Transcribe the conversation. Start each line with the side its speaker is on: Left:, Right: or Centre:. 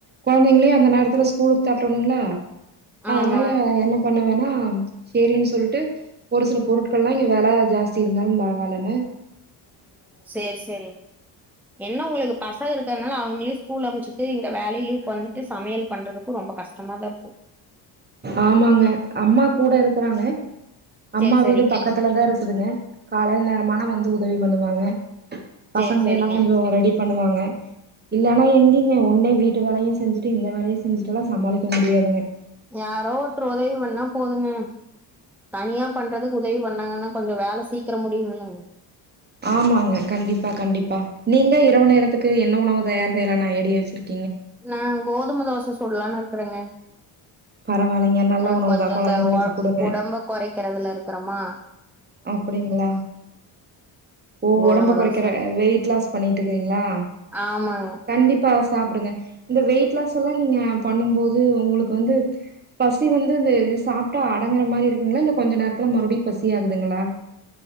Right: கொழந்தைங்ளயு அந்த நேரத்துல ஸ்கூலுக்கு தட்டணுங்ளா அதனால
Centre: ஆமா
Right: என்ன பண்ணுவன்னா சரின்னு சொல்லிட்டு ஒரு சில பொருட்கள்லா இங்க வெல ஜாஸ்தி இருந்தாலு பரவாலனு
Centre: சேர் செரிங் என்ன உங்களுக்கு பசக இருக் இத்தன்னால அவுங்ளயு ஸ்கூல் அனுப்ச்சுட்டு இந்த வேலயு பண்ணிட்டு சமயல் பண்றதுக்கு ரொம்ப கஷ்டமாதா இருக்கு
Right: ஆமாங்க அம்மா கூட இருக்கறாங்க அம்மா
Centre: சேரி சேரிங்க
Right: வீடு பக்கத்துலதான் இருக்குதுங்க காலயில நேரமானா வந் ந்து உதவி பண்ணுவாங்க
Centre: சேரி
Right: பசங்கள
Centre: சேரிங்க
Right: எல்லா கொஞ்சோ ரெடி பண்ணுவாங்க இல்லன்னா எங்கிங்க ஒன்னே வீட்டு வேலயு செஞ்சுட்டு இந்த வேலயு செஞ்சுட்டுல்லா சமாளிக்க முடியாதுங்க
Centre: யாரோ ஒருத்தர் ஒதவி பண்ணா போதுங்க தனியா பண்றதுக்கு உதவி பண்ணாங்கன்னா கொஞ்சோ வேல சீக்கர முடியுமல்லங் <inaudible>
Right: ஆமாங்க கண்டிப்பா கண்டிப்பா நீங்க இரவு நேரத்துக்கு என்ன உணவு தயார் செய்யலானு ஐடியா வச்சிருக்கீ
Centre: நா கோதும தோச சுடலானு இருக் கறங்க
Right: பரவாயில்லைங்க நல்ல
Centre: நாங்க
Right: உணவுதா
Centre: கொஞ்ச
Right: கொழந்தைங்களுக்கு
Centre: இந்த ஒ
Right: குடுங்க
Centre: உடம்ப கொறைக்கறதுல இருக்கறமா
Right: அப்பிடிங்களா ஓ
Centre: கோதும
Right: ஒடம்ப கொறக்கிற
Centre: தோச
Right: வெயிட் லாஸ் பண்ணிட்டு இருக்கிறீங்களா
Centre: ஆமாங்க
Right: கண்டிப்பா சாப் ங்க இந்த வெயிட் லாஸ்லா நீங்க பண்ணு போது உங்களுக்கு வந்து பசி வந்து வெ சாப்ட்டா அடங்குற மாரி இருக்குங்களா இல்ல கொஞ்ச நேரத்துல மறுபடியு பசி ஆகுது துங்களா